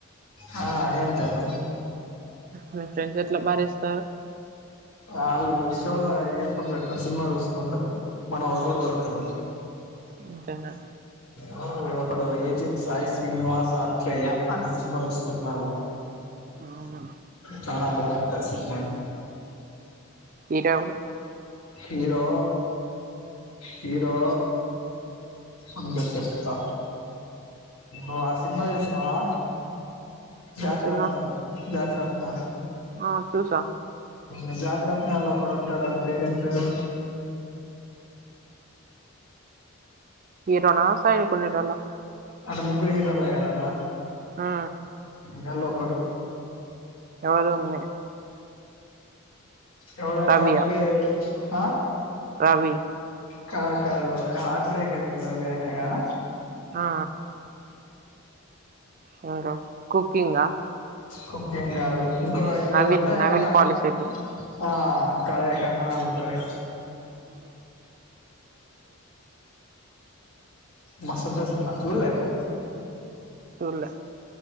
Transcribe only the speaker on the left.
హా అది ఏంత మా
వాళ్ళు షోల్లో ఇయర్ ఫోన్స్ పెట్టుకొని సినిమా చూసుకుంటరు మనం ఒర్రడు ఒర్రుతరేమో
హో ఒకడు ఏజెంట్ సాయి శ్రీనివాస్ ఆత్రేయ అనే సినిమా చూస్తున్నాడు
చాలా బాగుంటది సినిమా
హీరో హీరో ఉండు చెప్తా ఓ ఆ సినిమా చేసినావా జాతరత్నాలు
జాతరత్న
ఉ జాతిరత్నాల్లో ఒకడుంటాడు అని పేరు ఏం పేరు
అంటే ముగ్గురు హీరోలే కదా అలా
గలా ఒకడు
ఎవడంటే
వానికి ఆ
car car heart break అయితద రా యాడ
కుకింగ్ కాదు ఇంకో ఇంకేదో
ఉంటాయి ఆయన
కాంగ
హా కా కంగనాలు ఉంటది కదా
మస్తు ఉంటది సినిమా చూడలేను